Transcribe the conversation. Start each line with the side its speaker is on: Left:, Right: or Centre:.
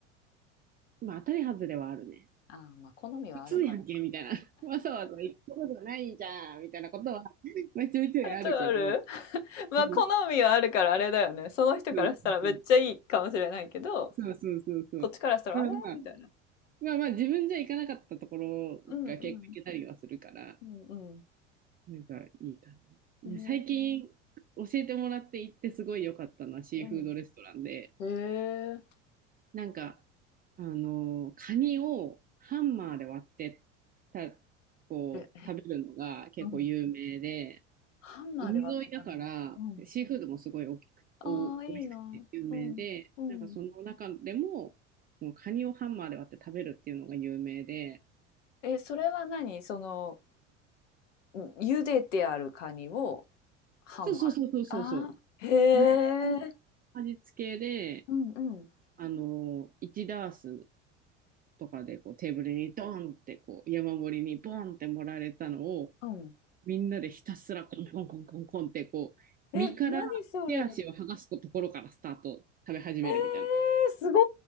Right: まあ、当たり外れはあるね。
Left: ああまあ好みはあるから。
Right: 普通やんけ、みたいな。<laughs> わざわざ行くことじゃないじゃん、みたいなことは、まあ、ちょいちょいあるけど。
Left: <laughs> あとある <laughs> まあ好みはあるからあれだよねその人からしたらめっちゃいいかもしれないけど
Right: うん。そうそうそう。そうそうそうそう。
Left: こっちからしたらあれみたいな。
Right: だからまあ、まあまあ、自分じゃ行かなかったところが結構行けたりはするから、
Left: うんうんうんうん、
Right: なんかいいかな。
Left: えー、
Right: で最近、教えてもらって行ってすごい良かったのはシーフードレストランで、
Left: うん。えー、
Right: なんか、あの、カニをハンマーで割ってた、こう、
Left: え、
Right: 食べるのが結構有名で、
Left: うん。ハンマーで割って食べるの。
Right: 海沿いだから、
Left: うん。
Right: シーフードもすごい大きく、
Left: ああ、
Right: お、美味しくて有名で、
Left: いいな。うん。うん。
Right: なんかその中でも、もうカニをハンマーで割って食べるっていうのが有名で、
Left: え、それは何その、うん茹でてあるカニをハンマー。
Right: そうそうそうそうそうそ
Left: ああ、へえ。
Right: う。なんか、スパイス味付けで、
Left: うんうん。
Right: あの、1ダースとかでこうテーブルにドーンってこう山盛りにボーンって盛られたのを、
Left: うん。
Right: みんなでひたすらコンコンコンコンコンってこう、
Left: え、
Right: 身から手足を剥がすところからスタート、
Left: 何それ。え
Right: 食べ始めるみたいな。
Left: ー、すご